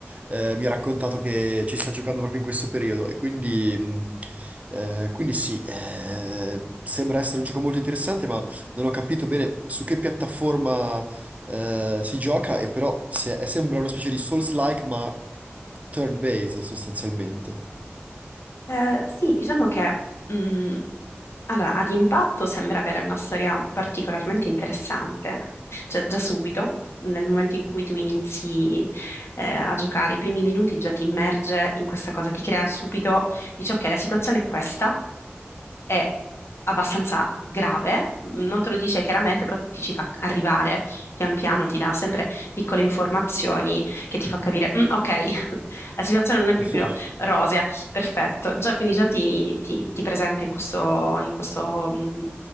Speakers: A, on the right; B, on the left.
A: eh, mi ha raccontato che ci sta giocando proprio in questo periodo e quindi, mh, eh, quindi sì, eh, sembra essere un gioco molto interessante, ma non ho capito bene su che piattaforma, eh, si gioca e però se- sembra una specie di Souls-like, ma turn-based sostanzialmente.
B: Eh, sì, diciamo che mh, allora, ad impatto sembra avere una storia particolarmente interessante, cioè già subito, nel momento in cui tu inizi eh, a giocare, i primi minuti già ti immerge in questa cosa, ti crea subito, dici ok, la situazione è questa, è abbastanza grave, non te lo dice chiaramente, però ti ci fa arrivare pian piano, ti dà sempre piccole informazioni che ti fa capire, "Mm, ok, <laughs> la situazione non è
A: <laughs>
B: proprio rosea, perfetto. Già, quindi già ti, ti- ti presenta in questo, in questo, mm,